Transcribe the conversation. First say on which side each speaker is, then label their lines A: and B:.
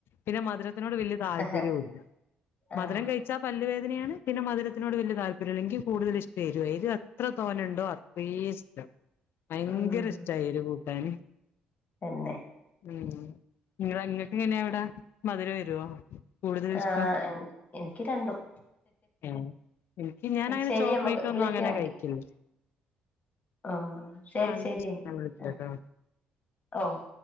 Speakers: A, on the left; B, on the left.
A: പിന്നെ മധുരത്തിനോട് വെല്ല്യൊര് താല്പര്യവുല്ല
B: ആഹ്
A: മധുരം
B: ആഹ്
A: കഴിച്ചാ പല്ലുവേദനയാണ് പിന്നെ മധുരത്തിനോട് വെല്ല്യ താല്പര്യല്ല ഇന്ക്ക്യ് കൂടുതല് ഇഷ്ടെ എരുവാ എരു എത്ര തോനണ്ടോ അത്രീ ഇഷ്ടം ഭയങ്കര
B: ഉം
A: ഇഷ്ട്ടാ എരു കൂട്ടാന്
B: തന്നെ
A: ഉം ഇങ്ങളെ ഇങ്ങക്ക് എങ്ങനെ അവടെ മധുരോ എരുവോ കൂടുതൽ ഇഷ്ടം
B: ആഹ് എന് എന്ക്ക്യി രണ്ടും
A: ഏഹ് എനിക്ക് ഞാനങ്ങനെ
B: ഉം ശരി
A: ചോക്ലേറ്റ്
B: അമ്മക്ക്
A: ഒന്നും
B: വിളിക്ക്യാ
A: അങ്ങനെ
B: എങ്കി
A: കഴിക്കില്ല
B: ആഹ് ശരി
A: ആഹ്
B: ശരിയെങ്കി
A: ഞാൻ വിളിക്കാട്ടോ
B: ഉം ഓഹ്